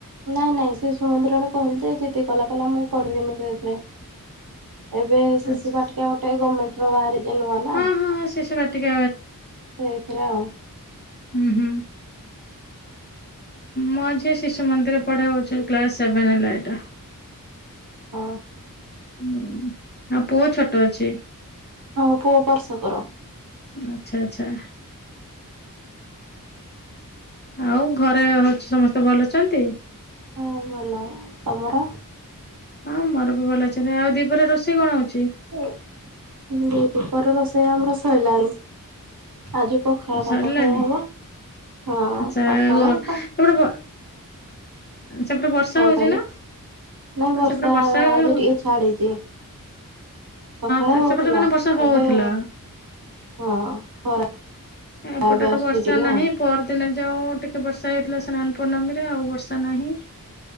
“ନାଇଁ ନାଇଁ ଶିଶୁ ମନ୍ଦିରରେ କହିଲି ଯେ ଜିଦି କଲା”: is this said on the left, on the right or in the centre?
Right